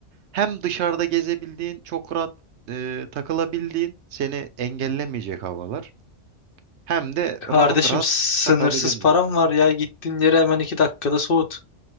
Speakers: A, on the right; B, on the left.
A: hem dışarıda gezebildiğin, çok rahat e, takılabildiğin, seni engellemeyecek havalar. Hem de
B: Kardeşim
A: rahat rahat
B: sınırsız
A: takılabileceğin
B: param
A: durumlar.
B: var ya. Gittiğin yere hemen iki dakikada soğut.